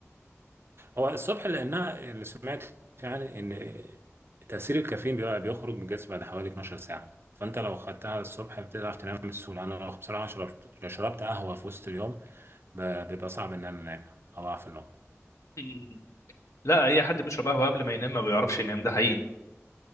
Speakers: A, on the right; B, on the left.
A: هو الصبح لانها اللي سمعت يعني ان تاثير الكافيين بيبقى بيخرج من الجسم بعد حوالي 12 ساعه فانت لو خدتها الصبح بتعرف تنام بسهوله انا لو بصراحه شربت لو شربت قهوه في وسط اليوم ب- بيبقى صعب ان انا انام او اعرف النوم
B: مم. لا اي حد بيشرب قهوه قبل ما ينام ما بيعرفش ينام ده حقيقي